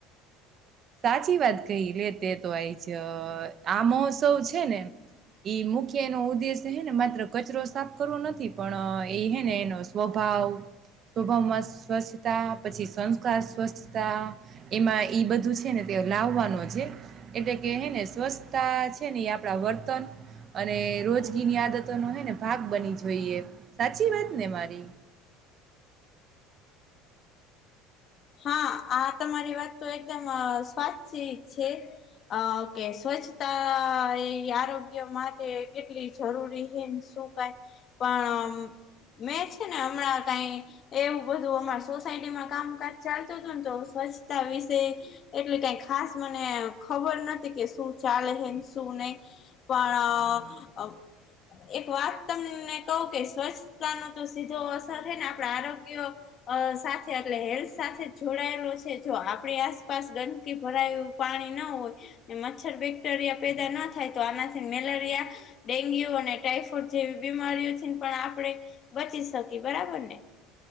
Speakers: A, on the right (about 35°); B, on the left (about 35°).
A: સાચી વાત કહી લે તે તો આય જ આ મહોત્સવ છે ને ઈ મુ કે એનો ઉદ્દેશ્ય હે ને માત્ર કચરો સાફ કરવો નથી, પણ એ હે ને એનો સ્વભાવ સ્વભાવમાં સ્વચ્છતા પછી સંસ્કાર સ્વચ્છતા એમાં એ બધું છે ને તે લાવવાનો છે એટલે કેને સ્વચ્છતા છે, ને એ આપડા વર્તન અને રોજગીની આદતો નો હે ને ભાગ બની જઈએ, સાચી વાત ને મારી?
B: હા આ તમારી વાત તો એકદમ સાચી જ છે. અ કે સ્વચ્છતા એ આરોગ્ય માટે કેટલી જરૂરી હે શુ કઇ પણ મેં છે ને હમણાં કઈ એવું બધું અમાર સોસાયટીમાં કામ કાજ ચાલતું તું ને તો સ્વચ્છતા વિશે એટલે કઈ ખાસ મને ખબર નથી કે શું ચાલે હે ને શું નહી. પણ એક વાત તમને કહું કે, સ્વચ્છતાનું તો સીધો અસર છે ને આપણા આરોગ્ય અ સાથે અગલે હેલ્થ સાથે જોડાયેલો છે, જો આપણી આસપાસ ગંદકી ભરાયું પાણીના હોય. મચ્છર બેક્ટેરિયા પેદા ન થાય તો આનાથી મેલેરિયા ડેન્ગ્યુ અને ટાઈફોઇડ જેવી બીમારીઓથીને પણ આપણે બચી શકીએ બરાબર ને.